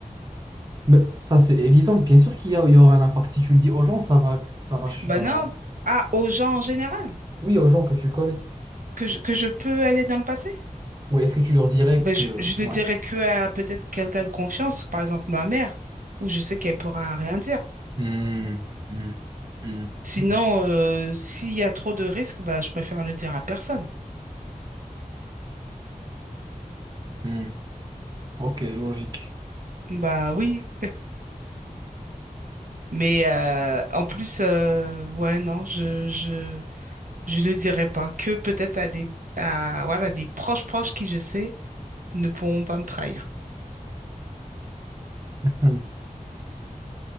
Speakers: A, on the right; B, on the right.
A: Mais ça, c'est évident. Bien sûr qu'il y a- il y aura un impact. Si tu le dis aux gens, ça va, ça va, je
B: Bah
A: sais pas.
B: non, ah, aux gens en général,
A: Oui, aux gens que tu connais.
B: que je, que je peux aller dans le passé?
A: Oui, est-ce que tu leur dirais
B: Bah,
A: que...
B: je, je ne
A: ouais.
B: dirais que à peut-être quelqu'un de confiance, par exemple ma mère, où je sais qu'elle pourra rien dire.
A: Hmm, hmm, hmm,
B: Sinon,
A: hmm,
B: euh, s'il y a trop de risques, bah, je préfère le dire à personne.
A: hmm. Ok, logique.
B: Bah oui, mais euh, en plus, euh, ouais, non, je, je- Je ne le dirai pas. Que peut-être à des, à, voilà, des proches proches qui, je sais, ne pourront pas me trahir.
A: Hmm.